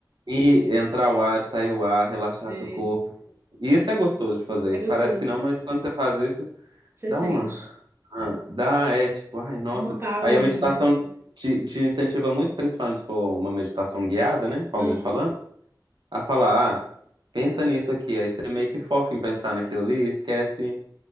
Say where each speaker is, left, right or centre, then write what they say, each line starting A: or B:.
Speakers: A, on the right; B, on the right.
A: E entrar o ar, sair o ar, relaxar
B: sim.
A: seu corpo E isso é gostoso de fazer.
B: É gostoso.
A: Parece que não, mas quando você faz isso,
B: Você
A: dá
B: sente
A: uma. ah, Dá, é tipo, ai, nossa.
B: uma pausa
A: Aí a meditação
B: ali, né?
A: te, te incentiva muito, principalmente se for uma meditação guiada, né? Com
B: Ah,
A: alguém falando, a falar, ah, pensa nisso aqui. Aí você meio que foca em pensar naquilo ali e esquece